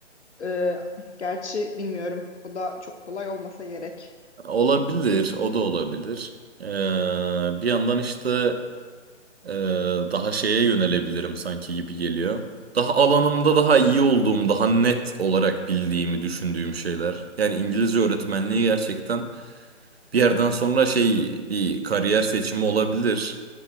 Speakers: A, on the left; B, on the right.
A: e, gerçi bilmiyorum. O da çok kolay olmasa gerek.
B: Olabilir, o da olabilir. Ee, bir yandan işte e, daha şeye yönelebilirim sanki gibi geliyor. Daha alanımda daha iyi olduğum, daha net olarak bildiğimi düşündüğüm şeyler. Yani İngilizce öğretmenliği gerçekten bir yerden sonra şey bir kariyer seçimi olabilir.